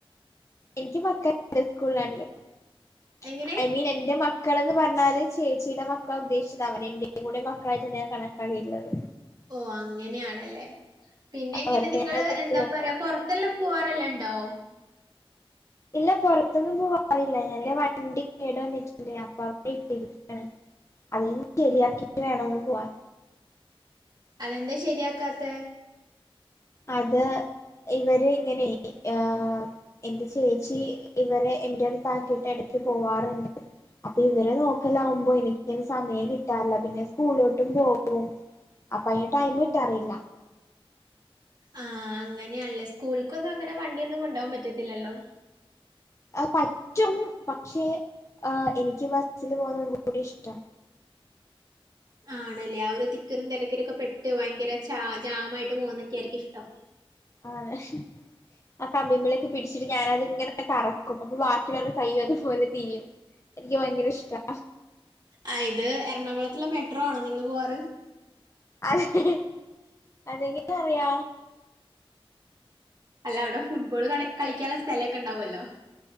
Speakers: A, on the left; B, on the right.
A: എനിക്ക് മക്കള്ണ്ട്സ്കൂളിലായാലുംഐ
B: എങ്ങനെ
A: മീൻ എന്റെ മക്ക മക്കള എന്ന് പറഞ്ഞാല് ചേച്ചിയുടെ മക്കളാ ഉദ്ദേശിച്ചത് അവൻ എന്റെേയും കൂടെ മക്കളായിട്ടാണ് ഞാൻ കണക്കാക്കിയിുള്ളത്
B: ഓ അങ്ങനെയണല്ലേ പിന്നെങ്ങനെ
A: അവർക്ക്
B: നിങ്ങള്
A: ഞാൻ തിരിച്ചു
B: എന്താ
A: കൊടുത്തു
B: പറയാ പുറത്ത് തെല്ലാം പോവാറല്ല ഉണ്ടോ
A: ഇല്ല പുറത്തൊന്നും പോവാറില്ല ഞാനിന്റെ വണ്ടി കേട് വന്നിട്ടുണ്ട് അപ്പൊ അവവിടെ ഇട്ടിരിക്കാണ് അതന്ന് ശരിയാക്കിട്ട് വേണംന്ന് പോവാൻ
B: അതെന്താ ശരിയാക്കാത്ത
A: അത് ഇവര് ഇങ്ങനെ ആ എൻന്റെ ചേച്ചി ഇവരെ എന്റെ അടുത്ത്ാക്കിയിട്ട് ഇടക്ക് പോവാറുണ്ട് അപ്പൊ ഇവരെ നോക്കലകുമ്പോ എനക്ക് സമയം കിട്ടാറില്ല പിന്നെ സ്കൂളിലോട്ടും പോകും അപ്പ അയിന്റെ ടൈം ഇട്ട്റിയില്ല
B: ആഹ അങ്ങനെയല്ലേ സ്കൂൾക്കൊന്നും അങ്ങനെ വണ്ടിയൊന്നും കൊണ്ടോകാൻ പറ്റത്തില്ലല്ലോ
A: പറ്റും പക്ഷേ എനിക്ക് ബസിൽ പോുന്ന കൂടി ഇഷ്ടം
B: ആണല്ലേ ആ ഒരു തിക്കിലും തിരക്കീരൊക്കെ പെട്ട് ഭയങ്കര ച ജാമായിട്ട് പോകുന്നൊക്കെയ ആരിക്കും ഇഷ്ടം
A: ആ തെ ആ കമ്പിമ്മലൊക്കെ പിടിച്ചിട്ട് ഞാനത്ങ്ങനെ കറക്കും അപ്പൊ ബാക്കിയുള്ളരു കൈ അതുപോലെ തിരിയും എനിക്ക് ഭയങ്കര ഇഷ്ടം
B: ആ ഇത് എറണാകുളത്തുള്ള മെട്രോ ആണോ നിങ്ങള്ൾ പോവാറ്
A: അ ല്ലെ അല്ലെങ്കി <unintelligible> റ് യാം
B: അല്ല അവ്ടെ ഫുട്ബോൾള് നട് കളിക്കാള്ള സ്ഥലൊക്കെ ണ്ടാവൊല്ലോ